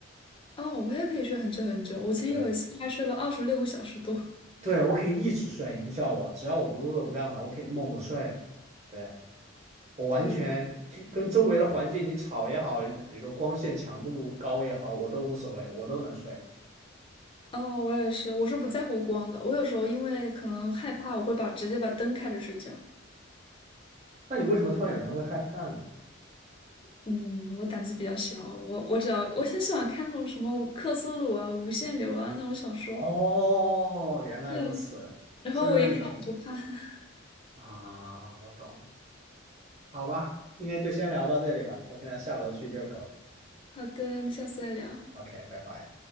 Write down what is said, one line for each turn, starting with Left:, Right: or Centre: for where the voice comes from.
Left: 哦，我也可以睡很久很久，我曾经有一次大概睡了二十六个小时多。
Right: 对，对，我可以一直睡，你不叫我，只要我不饿不干嘛，我可以猛睡。对，我完全就跟周围的环境你吵也好，
Left: 对，
Right: 比如说光线强度高也好，我都无所谓，我都能睡。
Left: 哦，我也是，我是不在乎光的，我有时候因为可能害怕，我会把直接把灯开着睡觉。
Right: 那你为什么突然有人会害怕呢？
Left: 嗯，我胆子比较小，我我只要我很喜欢看那种什么克苏鲁啊、无限流啊那种小说，
Right: 哦，原来如此，
Left: 对，然后我一看我就怕。
Right: 所以说你能
Left: <laughs>
Right: 啊，我懂了，好吧，今天就先聊到这里吧，我可能下楼去遛狗。
Left: 好的，那下次再聊。拜拜。
Right: OK，拜拜。